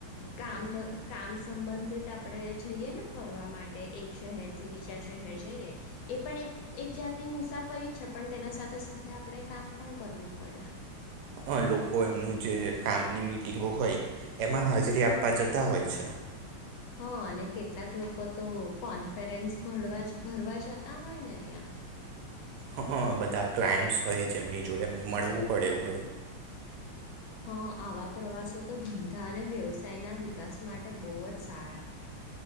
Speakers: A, on the left; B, on the right.
A: કામ બ કામ સંબંધિત આપણેે જઈએ ને ફરવા માટે એક શહેર થી બીજા શહેર જઈએ એ પણ એક એક જાતની મુસાફરી છે પણ તેના સાથે સાથે આપણે કામ પણ કરવું પડે
B: અ લોકો એમનું જે કામ ની મીટિંગો હોય એમાં હાજરી આપવા જતા હોય છે
A: હા અને કેટલાક લોકો તો કોન્ફડન્સ ભવા ભરવા જતા હોય ને ત્યાં
B: હ બધા ક્લાયન્ટસ હોય જેમની જોડે એમને મળવું પડે એવું હોય
A: હા આવા પ્રવાસ તો ધંધા અને વ્યવસાયના વિકાસ માટે બહુ જ સારા